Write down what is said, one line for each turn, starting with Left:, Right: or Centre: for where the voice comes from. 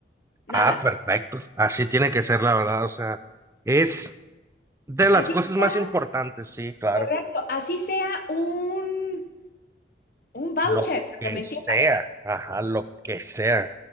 Left: nada.
Right: Ah, perfecto. Así tiene que ser, la verdad. O sea, es de las
Left: Así
Right: cosas
Left: sea
Right: más importantes, sí, claro.
Left: Correcto, así sea un, un voucher,
Right: Lo
Left: para
Right: que
Left: que me entiendan,
Right: sea. Ajá, lo que sea.